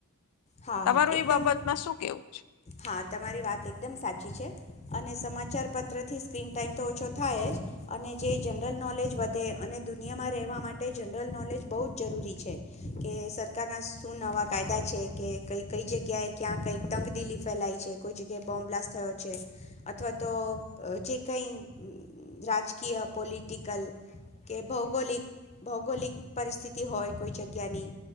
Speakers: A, on the left (about 30°); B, on the left (about 80°).
A: હા
B: તમારું
A: હા એકદમ
B: એ બાબતમાં શું કેવું છે?
A: હા તમારી વાત એકદમ સાચી છે. અને સમાચાર પત્ર થી સ્ક્રીન ટાઈમ તો ઓછો થાય જ અને જે જનરલ નોલેજ વધે અને દુનિયામાં રહેવા માટે જનરલ નોલેજ બહુ જ જરૂરી છે કે સરકારના શું નવા કાયદા છે કે કઈ કઈ જગ્યાએ ક્યાં કઈક તંગદિલી ફેલાય છે કોઈ જગ્યાએ બોમ્બ બ્લાસ્ટ થયો છે અથવા તો જે કઈ રાજકીય પોલિટિકલ કે ભૌગોલિક ભૌગોલિક પરિથિતિ હોય કોઈ જગ્યાની